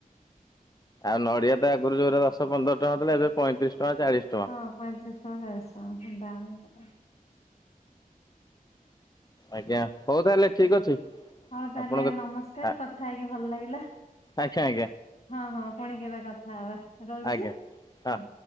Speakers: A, on the left; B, on the left.
A: ଆଉ ନଡ଼ିଆ ଆଗରୁ ଯୋଉଟରେ ଦଶ ପନ୍ଦର ଟଙ୍କା ଥିଲା ଏବେ ପଇଁତିରିଶ ଟଙ୍କା ଚାଳିଶ ଟଙ୍କା।
B: ହଁ ପଇଁତିରିଶ ଟଙ୍କା ଚାଳିଶ ଟଙ୍କା ଦାମ ହେଇଗଲା।
A: ଆଜ୍ଞା ହଉ ତାହେଲେ ଠିକ ଅଛି।
B: ହଉ ତାହେଲେ
A: ଆପଣଙ୍କ
B: ନମସ୍କାର
A: ଆ
B: କଥା ହେଇକି ଭଲ ଲାଗିଲା।
A: ଆଜ୍ଞା ଆଜ୍ଞା
B: ହଁ ହଁ ପୁଣି କେବେ କଥା ହବା ରହୁଛି।
A: ଆଜ୍ଞା ହଁ।
B: ହୁଁ।